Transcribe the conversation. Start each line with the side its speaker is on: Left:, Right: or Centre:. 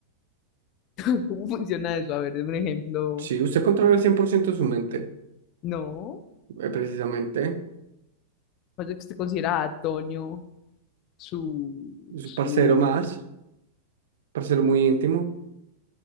Left: <laughs> ¿Cómo funciona eso? A ver, deme un ejemplo.
Right: sí, usted controla el cien por ciento de su mente.
Left: No,
Right: eh, Precisamente.
Left: pasa que usted considera a Toño su,
Right: Es
Left: su,
Right: un parcero más. para ser muy íntimo.